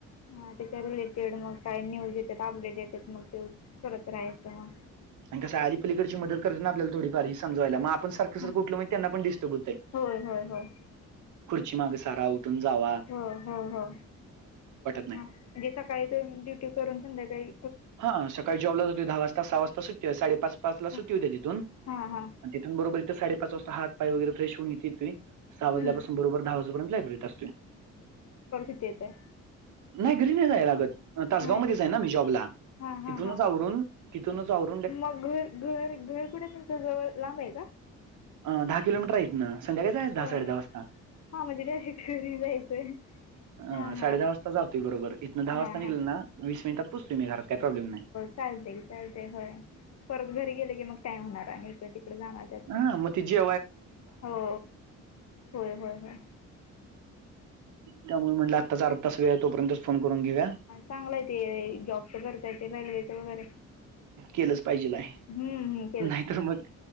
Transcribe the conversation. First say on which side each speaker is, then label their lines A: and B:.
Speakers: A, on the left; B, on the right.
A: हां त्यांच्या रिलेटेड मगं कायं न्यूजचं येते अपडेटेट मगं ते करतं राहायचं मगं
B: आणि कसं आलीडची मदतं करते नां आपलां थोडीफांर हे सजांयला मं पणं सारखं
A: हां
B: सारखं उठलं मां त्यांना पणं डिस्टर्ब होतंय
A: होय होय होय
B: खुर्ची मागं सांरा उठूंन जांवा
A: हो हो हो हं
B: नाही
A: म्हणजे सकाळीं ते ड्युटी करूंन संध्याकांळी
B: हां सकाळीं जॉबलांच होते दहा वाजंता सहा वाजंता सुट्टी साडेपांच पांच लां
A: हां
B: सुट्टी होते तिथूंन आणि
A: हां हां
B: तिथूंन नं बरोबर इथं साडेपांच पांय वगैरे फेश होनं येते ते सहा वाजल्यांपासून
A: हम्म.
B: बरोबर दहा वाजेपर्यंत लायब्ररीत असतोय.
A: येतं आहे
B: नाहीं घरी नाहीं जातं लागतं तासंगावं
A: होय ना
B: मध्यें जां आहे नां मी जॉबला
A: हां हां
B: तिथूंनचं
A: हां
B: आवरूंन तिथूंनचं आवरूंन
A: मग घर घर घर कुठे तुमच जवळ, लांब आहे का?
B: अ, दहा किलोमीटर आहे इतन. संध्याकाळच जायाच दहा,
A: होय
B: साडे दहा वाजता,
A: हां म्हणजे डायरेक्ट घरी जायचं आहे
B: अ
A: हां हां
B: साडे दहा वाजता. जातोय बरोबर इतना दहा
A: हां
B: वाजता
A: हां
B: निघाल ना, वीस मिनिटात पोचतोय मी घरात, काय प्रॉब्लेम नाय.
A: चालतय की. चालतय होय, परत घरी गेले की मग टाइम होणार आणि इकड तिकड जाणार त्यात
B: हा म ते जे
A: हो, होय होय होय.
B: त्यामुळ म्हटलं आत्ताच अर्धा तास वेळ, तोपर्यंतच फोन करून घेऊया.
A: चांगलय ते, जॉब तर करता येते रेल्वेच वगैरे
B: केलंच पाहिजेलाय.
A: हम्म हं.
B: नाहीतर मग,